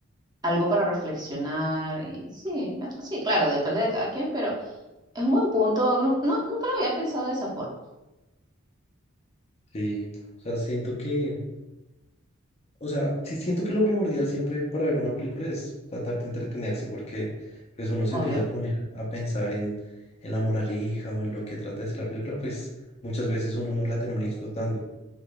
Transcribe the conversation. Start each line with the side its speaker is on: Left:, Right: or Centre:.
Right: algo para reflexionar y sí, me- sí, claro, depende de cada quien, pero es un buen punto, nu- no, nunca lo había pensado de esa forma,
Left: Sí, o sea, siento que, o sea, sí siento que lo primordial siempre para ver una película es tratar de entretenerse, porque pues uno se
Right: obvio.
Left: empieza a poner a pensar en, en la moraleja o en lo que trata de ser la película, pues muchas veces uno no la termina disfrutando.